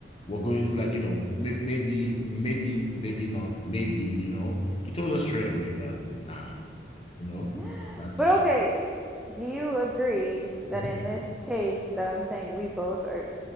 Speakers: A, on the left (about 30°); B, in the centre.
A: we're going like you know maybe maybe maybe maybe not maybe you know he told us straight away that nah you know
B: <laughs>
A: that
B: But okay, do you agree that
A: Mhm,
B: in this case that I'm saying we both are